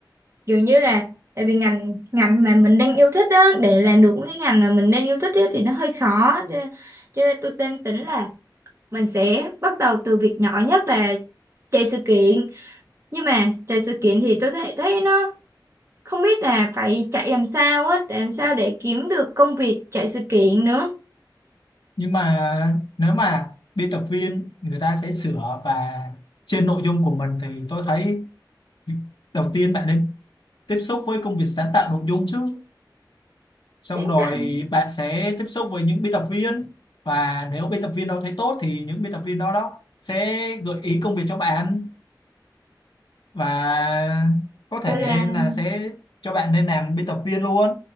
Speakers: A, on the right (about 35°); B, on the left (about 70°).
A: kiểu như là tại vì ngành ngành mà mình đang yêu thích á để làm được cái ngành mà mình đang yêu thích á, thì nó hơi khó cho, cho nên tôi đang tính là mình sẽ bắt đầu từ việc nhỏ nhất là chạy sự kiện nhưng mà chạy sự kiện thì tôi thấy thấy nó không biết là phải chạy làm sao á để làm sao để kiếm được công việc chạy sự kiện nữa
B: nhưng mà nếu mà biên tập viên người ta sẽ sửa và trên nội dung của mình thì tôi thấy đầu tiên bạn nên tiếp xúc với công việc sáng tạo nội dung chứ xong
A: sáng
B: rồi
A: tạo
B: bạn sẽ tiếp xúc với những biên tập viên và nếu biên tập viên đó thấy tốt thì những biên tập viên đó đó sẽ gợi ý công việc cho bạn và có thể
A: vậy là
B: là sẽ cho bạn nên làm biên tập viên luôn